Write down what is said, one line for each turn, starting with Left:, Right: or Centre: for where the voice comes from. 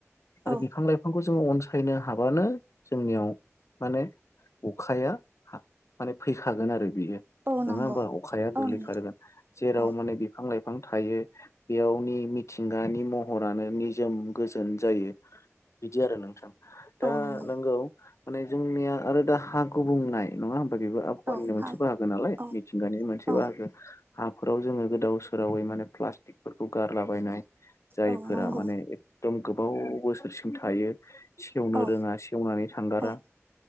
Left: आरो
Right: औ
Left: बिफां लाइफांखौ जोङो अनसायनो हाबानो जोंनियाव माने अखाया माने फैखागोन आरो बियो
Right: औ
Left: नङा
Right: नंगौ
Left: होमबा अखाया गोग्लैखागोन
Right: औ नंगौ
Left: जेराव
Right: औ
Left: माने बिफां लाइफ बिफां थायो बेयावनि मिथिंगानि महरानो निजोम गो जायो बिदि आरो नोंथां दा
Right: औ नंगौ
Left: नोंगौ माने जोंनिया आरो दा हा गुबनाय नङा होनबा बेबो आबहावानि
Right: औ
Left: मोनसे
Right: हाब
Left: बाहागो नालाय
Right: औ
Left: मिथिंगानि मोनसे
Right: औ
Left: बाहागो हाफोराव जोङो गोदाव सोरावै माने प्लास्टिकफोरखौ गारलाबायनाय जायफोरा
Right: औ नंगौ
Left: माने एकदम गोबाव बोसोरसिम थायो सेवनो
Right: औ
Left: रोङा सेवनानै थांगारा
Right: औ